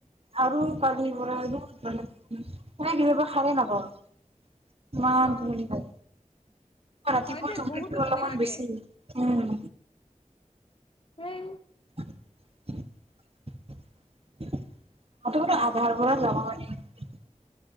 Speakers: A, on the right; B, on the left.
A: আৰু <unintelligible> কেতিয়াবা সাৰে নাপাওঁ। ইমান
B: অ
A: টোপনি ধৰে, ৰাতিপুৱা
B: হয় দে
A: টোপনিটো
B: বহুত টোপনি
A: অলপমান
B: লাগে
A: বেছি, উম।
B: <unintelligible>
A: <unintelligible>